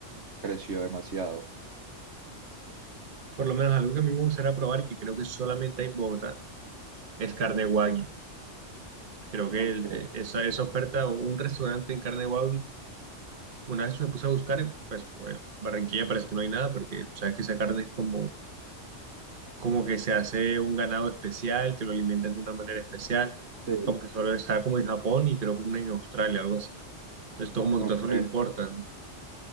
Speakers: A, on the right (about 65°); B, on the right (about 45°).
A: Creció demasiado.
B: Por lo menos algo que a mí me gustaría probar, que creo que solamente hay en Bogotá, es carne wagyu. Creo que
A: Ok,
B: el- eh, esa, esa oferta o un restaurante en carne wagyu, una vez me puse a buscar, en, pues, bueno, Barranquilla parece que no hay nada, porque sabes que esa carne es como como que se hace un ganado especial, que lo alimentan de una manera especial,
A: sí,
B: como que solo está como en Japón y creo que una en Australia, algo así. Entonces, todo como
A: ok.
B: que todo eso le importan.